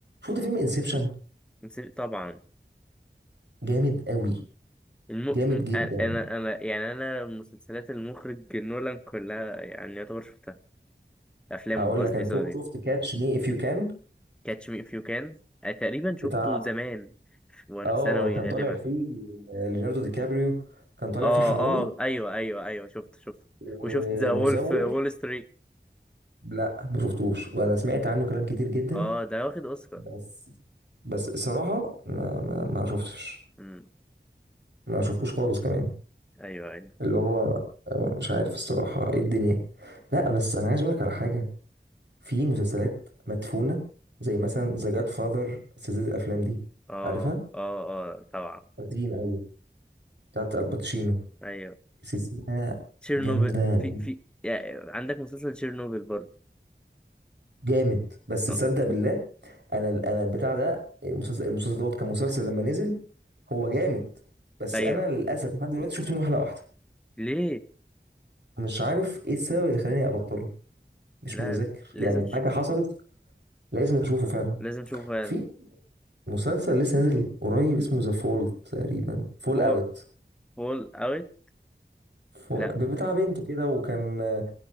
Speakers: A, on the right (about 70°); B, in the centre.
A: شفت فيلم انسبشن
B: نسيت طبعا
A: جامد قوي
B: الم...
A: جامد
B: م-
A: جدا
B: انا انا يعني انا مسلسلات المخرج نولان كلها يعني يعتبر شفتها افلام
A: هقول
B: قصدي
A: لك انا
B: سوري
A: شفت شفت كاتش مي اف يو كان
B: كاتش مي اف يو كان تقريبا شفته
A: بتاع
B: زمان وانا
A: اه
B: في ثانوي
A: كان
B: غالبا
A: طالع فيه آه، ليوناردو دي كابريو كان طالع
B: اه
A: فيه حرامي
B: اه ايوه ايوه ايوه شفته شفته
A: ومزور
B: وشفت ذا وولف وول ستريت
A: لا ما شفتوش وانا سمعت عنه كلام كتير جدا
B: اه ده واخد اوسكار
A: بس بس صراحة ما ما, ما شفتش
B: امم
A: ما شفتوش خالص كمان
B: ايوه ايوه
A: اللي هو آه، مش عارف الصراحة ايه الدنيا لا بس انا عايز اقولك على حاجة في مسلسلات مدفونة زي مثلا ذا جاد فاذر سلسلة الافلام دي
B: اه
A: عارفها
B: اه اه طبعا
A: قديم قوي بتاعت الباتشينو
B: ايوه
A: سلسلة
B: تشيرنوبل
A: جامدة
B: في في يعني عندك مسلسل تشيرنوبل برضه
A: جامد بس تصدق
B: آه،
A: بالله انا انا البتاع ده المسلسل المسلسل دوت كمسلسل لما نزل هو جامد بس
B: ايوه
A: انا للاسف لحد دلوقتي شفت منه حلقة واحدة
B: ليه
A: مش عارف ايه السبب اللي خلاني ابطله مش
B: لا
A: متذكر
B: لازم
A: يعني
B: ش...
A: حاجة حصلت لازم اشوفه فعلا
B: لازم تشوفه فعلا
A: في مسلسل لسه نازل قريب اسمه ذا فول تقريبا فول
B: فول
A: اوت
B: فول اوت
A: فول
B: لا
A: بتاع بنت كده وكان آه،